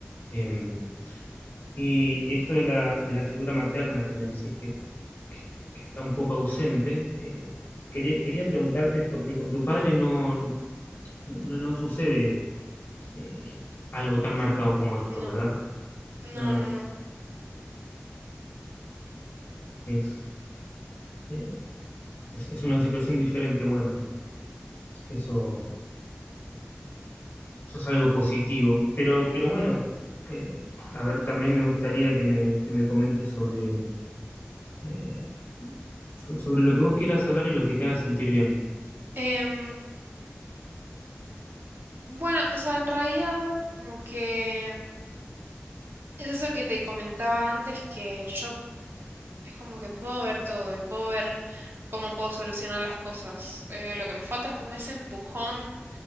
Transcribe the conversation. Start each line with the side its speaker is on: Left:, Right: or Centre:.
Left: Eh, y, y esto de la, de la figura materna que me decís que, que- que está un poco ausente, eh, quería, quería preguntarte, porque con tu padre no, no, no sucede eh, algo tan marcado como esto,
Right: No,
Left: ¿verdad?
Right: no,
Left: No, no,
Right: no, no.
Left: es, eh, es, es una situación diferente. Bueno, eso... Eso es algo positivo. Pero, pero bueno, eh, a ver, también me gustaría que me, que me comentes sobre, eh, so- sobre lo que vos quieras hablar y lo que te haga sentir bien.
Right: Em, bueno, o sea, en realidad como que es eso que te comentaba antes, que yo es como que puedo ver todo y puedo ver cómo puedo solucionar las cosas. Eh, lo que me falta es como ese empujón.